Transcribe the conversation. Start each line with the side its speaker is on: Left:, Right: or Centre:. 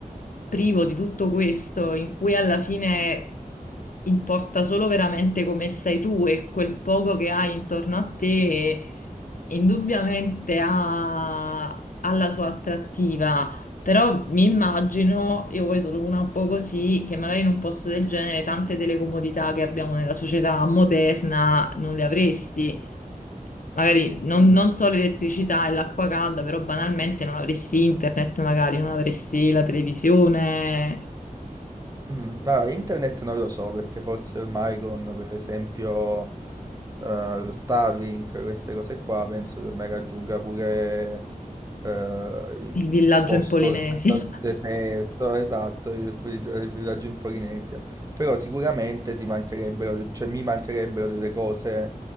Left: privo di tutto questo, in cui alla fine importa solo veramente come stai tu e quel poco che hai intorno a te, indubbiamente ha, ha la sua attrattiva. Però mi immagino, io poi sono una un po' così, che magari in un posto del genere tante delle comodità che abbiamo nella società moderna non le avresti. Magari non,
Right: Mm,
Left: non so l'elettricità e l'acqua calda, però banalmente non avresti internet, magari non avresti la televisione,
Right: mm. Allora, internet non lo so, perché forse ormai con, per esempio, eh, lo Starlink, queste cose qua, penso che ormai raggiunga pure eh, il
Left: il villaggio
Right: posto
Left: in Polinesi.
Right: in mezzo al deserto,
Left: <laughs>
Right: esatto, il, il- il villaggio in Polinesia. Però sicuramente ti mancherebbero, de- cioè mi mancherebbero delle cose